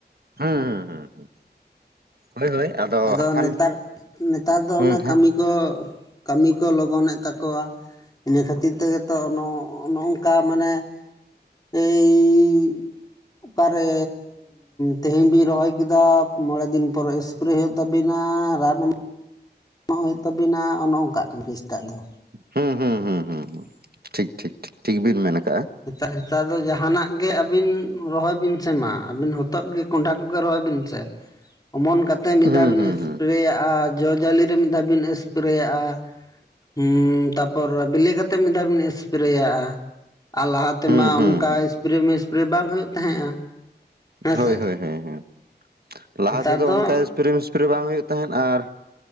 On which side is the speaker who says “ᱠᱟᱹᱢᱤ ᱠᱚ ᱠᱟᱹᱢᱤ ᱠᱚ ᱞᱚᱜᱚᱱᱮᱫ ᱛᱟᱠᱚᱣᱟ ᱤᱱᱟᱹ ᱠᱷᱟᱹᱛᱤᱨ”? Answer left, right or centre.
Left